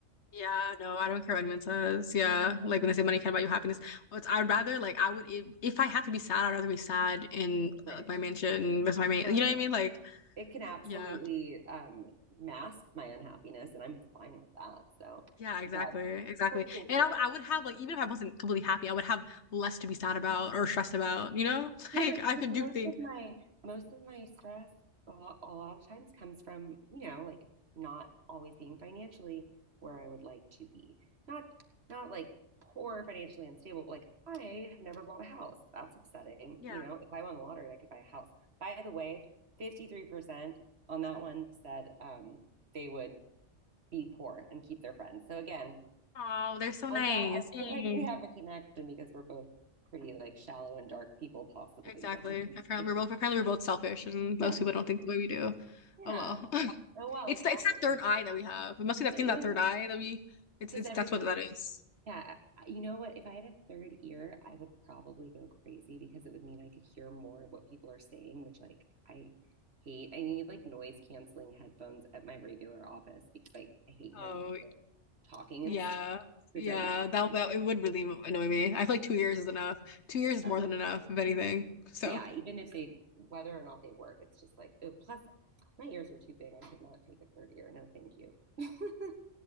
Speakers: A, on the left; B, on the right.
A: Yeah, no, I don't care what anyone says. Yeah.
B: <laughs>
A: Like when they say money can't buy you happiness. Well, it's, I'd rather like I would if, if I had to be sad, I'd rather be sad in
B: Rich,
A: uh, like my mansion with my mate.
B: for
A: You know what
B: sure.
A: I mean? Like
B: it can absolutely
A: yeah.
B: um, mask my unhappiness, and I'm fine with that. So,
A: Yeah, exactly.
B: but
A: Exactly.
B: cool, cool,
A: And
B: cool.
A: I, w- I would have like even if I wasn't completely happy, I would have less to be sad about or stressed about, you know? <laughs>
B: Yeah,
A: Like
B: because
A: I could
B: most
A: do things.
B: of my most of my stress a lot, a lot of times comes from, you know, like not always being financially where I would like to be. Not not like poor financially unstable, but like I have never bought a house. That's upsetting.
A: Yeah.
B: You know, if I won the lottery, I could buy a house. By the way, 53% on that one said um, they would be poor and keep their friends. So again,
A: Oh, they're so nice.
B: I'm glad I
A: Yay.
B: feel like we have a connection because we're both pretty like shallow and dark people possibly,
A: Exactly.
B: but <laughs>
A: Apparently we're both apparently we're both selfish and most
B: yeah.
A: people don't think the way we do.
B: Yeah.
A: Oh well.
B: Oh well,
A: It's
B: exactly.
A: the, it's that third eye that we have. We must be have
B: It
A: seen
B: is
A: that third eye that we. It's
B: because
A: it's
B: everybody
A: that's what that is.
B: yeah, you know what? If I had a third ear, I would probably go crazy because it would mean I could hear more of what people are saying, which like I hate. I need like noise canceling headphones at my regular office because like I hate hearing
A: Oh
B: people talking
A: yeah,
B: and stuff. It
A: yeah.
B: would drive me crazy.
A: That that it would really annoy me. I feel like two years is enough. Two years is
B: But
A: more than enough, if anything. So
B: yeah, even if they, whether or not they work, it's just like, oh, plus my ears are too big. I could not take a third ear. No, thank you. <laughs>